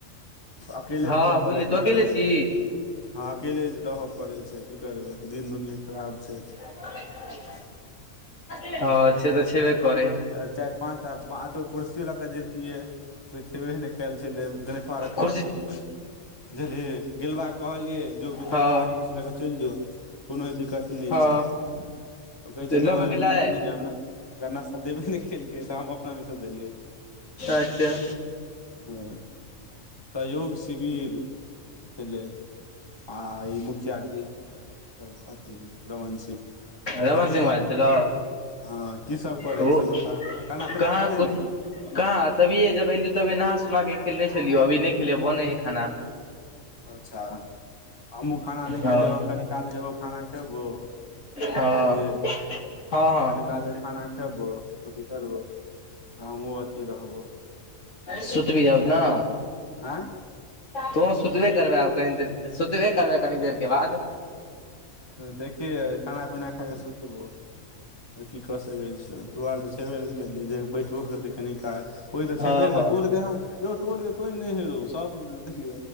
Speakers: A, on the left; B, on the left.
A: अकेले
B: हँ
A: घूमऽ
B: बुझिय
A: पड़ै है
B: तू अकेले
A: की करबै
B: छी
A: हँ अकेले रहय पड़ै छै की करबै दिन दुनिआ खराब छै
B: ह
A: ह <unintelligible>
B: हँ से तऽ छेबे करै
A: चाएरि पाँच टा बात कुर्सियो लऽ कऽ जे ै छेबे नहि कयल छल गणेशाय के
B: कुर्सी
A: कहलियै बुझलिए गेलबा कहलियै जो त
B: हँ
A: चारि पाँचटा कुर्सी लए कऽ चलि जो कोनो दिक्कत नहि
B: हँ
A: छै त कहै
B: तऽ
A: छै
B: लऽ
A: नई
B: कऽ
A: हम
B: गेलै
A: लकन नहि जायब न ओकरा नाश्ता देबे नहि केलकै तऽ हम अपनामे सँ देलियै
B: अच्छा
A: हँ सहयोग शिविर छलै आ ई मुखिया जीथ रमन सिंह
B: रमन
A: कही
B: सिंह वइल छलौ
A: हँ की सब करै
B: ओ
A: छिय बता खाना पीना
B: कहाँ
A: खा लेली
B: कुछ कहाँ तभिए जब एलिय तभी नहा सुना के खेने छलिय अभी नहि खेलिय बनै है खाना
A: अच्छा हमु खाना नहि
B: हँ
A: खेलियौ हम क निकाल जेबौ खाना खेबौ
B: हँ
A: बुझलि
B: हँ हँ
A: कनी काल क खाना खेबो अथी करबो आ हमहूँ अथी रहबो
B: सुतबी आब नै
A: ऑय
B: तो सुतबे करबै आब कनि देर सुतबे करबै कनी देर के बाद
A: देखिय खाना पीना खाके सुतबौ आ की कऽ सकै छियो तु आर तऽ छेबे ने करलि जे बैठबो करतै कनि काल ओहि तऽ
B: हँ
A: छबे
B: हँ
A: टोलके यौ टोलके कोइ नहि है रौ सभ देखि